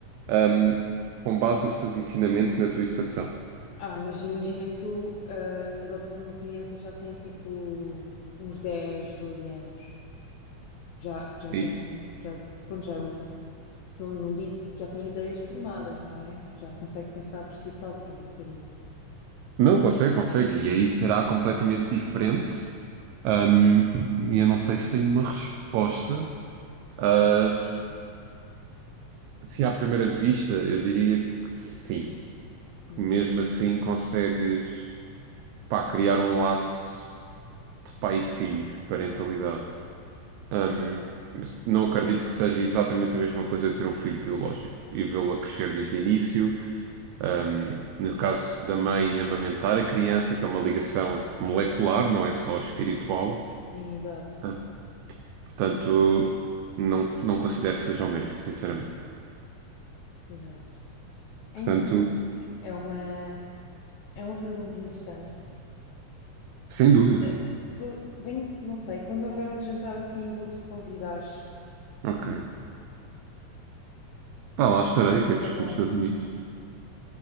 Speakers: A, on the right; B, on the left.
A: ahm, com base nos teus ensinamentos e na tua educação.
B: Ah, mas imagina que tu ah, adotas uma criança que já tem tipo uns 10 12 anos. Já, já tem,
A: E-
B: já, pronto, já é um, não, não digo, já tem ideias formadas, não é? Já consegue pensar por si próprio um bocadinho.
A: não, consegue, consegue. E aí será completamente diferente. Ahm, e eu não sei se tenho uma resposta. Ah, se à primeira vista, eu diria que sim.
B: Hum,
A: mesmo assim consegues, pá, criar um laço de pai e filho, de parentalidade. Ahm, mas não acredito que seja exatamente a mesma coisa que ter um filho biológico e vê-lo a crescer desde o início. Ahm, no
B: Sim,
A: caso da mãe, amamentar a criança, que é uma ligação molecular, não é só espiritual.
B: Sim, exato,
A: Ah, Portanto, não, não considero que seja o mesmo, sinceramente.
B: exato. É
A: Portanto,
B: É uma, é uma pergunta interessante.
A: sem dúvida.
B: Eh, Vou, venho, não sei, quando houver outro jantar assim, vou-te convidar.
A: Ok. Pá, lá estarei, que é discutir
B: É bom.
A: dos Estados Unidos.